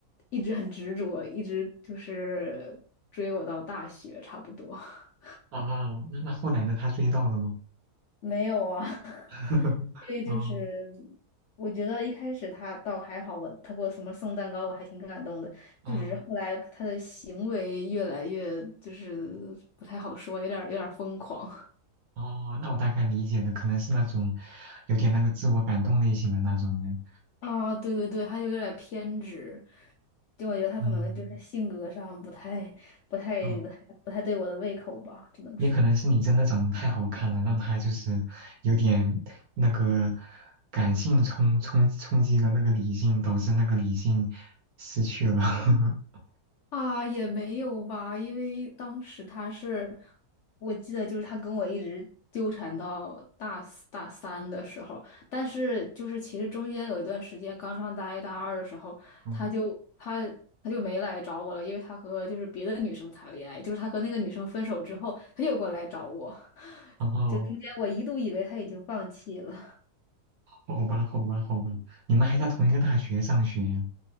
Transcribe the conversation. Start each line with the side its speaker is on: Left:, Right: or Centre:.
Left: 一直很执着，一直就是追我到大学差不多。<laughs>
Right: 哦，那那后来呢？他追到了吗？
Left: 没有啊，<laughs>
Right: <laughs>
Left: 因为就是
Right: 哦
Left: 我觉得一开始他倒还好，我他给我什么送蛋糕，我还挺感动的。
Right: 哦
Left: 就只是后来他的行为越来越就是不太好说，有点儿有点儿疯狂
Right: 哦，那我大概理解了，可能是那种有点那个自我感动类型的那种人。
Left: <laughs> 啊，对对对，他就有点儿偏执。就我觉得他可能就是性格上不太不太不太不太对我的胃口吧，
Right: 嗯嗯。
Left: 只能说。
Right: 也可能是你真的长得太好看了，让他就是有点那个感性冲冲冲击了那个理性，导致那个理性失去了。<laughs>
Left: 啊，也没有吧，因为当时他是，我记得就是他跟我一直纠缠到大四大三的时候，但是就是其实中间有一段时间，刚上大一大二的时候，
Right: 嗯，
Left: 他就他他就没来找我了，因为他和就是别的女生谈恋爱，就是他和那个女生分手之后，他又过来找我，<laughs>
Right: 然后
Left: 就中间我一度以为他已经放弃了，
Right: 哦好吧，好吧，好吧，你们还在同一个大学上学